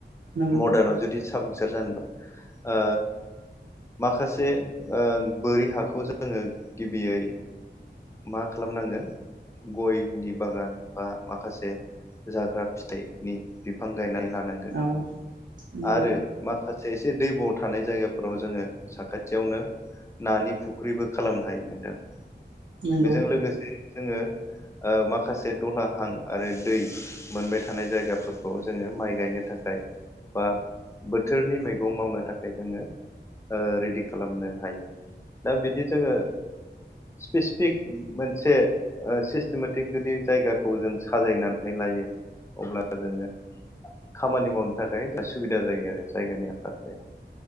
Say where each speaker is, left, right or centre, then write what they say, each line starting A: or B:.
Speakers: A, on the right (about 85°); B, on the left (about 15°).
A: नंगौ नंगौ
B: मदाना जुदि साब सोर जानोबा ओ माखासे ओ बोरि हाखौ जोङो गिबियै मा खालाम नांगोन गयनि बागान बा माखासे जाग्रा फिथाइनि फिफां गायनानै लानांगोन
A: औ नंगौ
B: आरो माखा से एसे दैब' थानाय जायगाफोराव जोङो साखाथियावनो नानि फुख्रिबो खालामनो हायो नोंथां
A: नंगौ
B: बेजों लोगोसे जोङो माखासे दलाहां आरो दै मोनबाय थानाय जायगाफोरखौ जोङो माइ गायनो थाखाय बा बोथोरनि मैगं मावनो थाखाय जोङो ओ रेडि खालामनो हायो दा बिदि जोङो स्पेसिफिक मोनसे सिस्टेमेटिक जुदि जायगाखौ जों साजायनानै लायो अब्ला जोङो खामानि माव नो थाखाय जा सुबिदा जायो आरो जायगानि आंखाल जाया